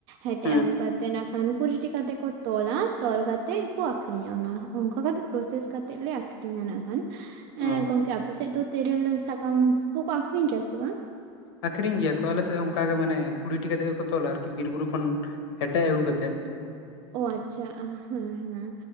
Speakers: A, on the right; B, on the left.
A: ᱦᱮᱴᱮᱡ
B: ᱦᱩᱸ
A: ᱟᱹᱜᱩ ᱠᱟᱛᱮ ᱛᱮ ᱱᱟᱜᱽᱠᱷᱟᱱ ᱠᱩᱨᱤᱴᱤ ᱠᱟᱛᱮ ᱠᱚ ᱛᱚᱞᱟ ᱛᱚᱞ ᱠᱟᱛᱮᱜ ᱠᱚ ᱟᱹᱠᱷᱨᱤᱧᱟ ᱚᱱᱟ ᱚᱱᱠᱟ ᱠᱟᱛᱮ ᱯᱨᱚᱥᱮᱥ ᱠᱟᱛᱮᱜ ᱞᱮ ᱟᱹᱠᱷ ᱨᱤᱧ-ᱟ ᱱᱟᱜᱽᱠᱷᱟᱱ
B: ᱚ
A: ᱜᱚᱝᱠᱮ ᱟᱯᱮᱥᱮᱫ ᱫᱚ ᱛᱮᱨᱮᱞ ᱥᱟᱠᱟᱢ ᱠᱚᱠᱚ ᱟᱹᱠᱷᱨᱤᱧ ᱠᱮᱭᱟ ᱥᱮ ᱵᱟᱝ?
B: ᱟᱹᱠᱷᱨᱤᱧ ᱜᱮᱭᱟ ᱠᱚ ᱟᱞᱮᱥᱮᱫ ᱚᱱᱠᱟ ᱜᱮ ᱢᱟᱱᱮ ᱠᱩᱲᱤᱴᱤ ᱠᱟᱛᱮᱜ ᱜᱮᱠᱚ ᱛᱚᱞᱟ ᱟᱨᱠᱤ ᱵᱤᱨ ᱵᱩᱨᱩ ᱠᱷᱚᱱ ᱦᱮᱴᱮᱜ ᱟᱹᱜᱩ ᱠᱟᱛᱮ
A: ᱳ ᱟᱪᱪᱷᱟ ᱟᱸ ᱦᱮᱸ ᱦᱮᱸ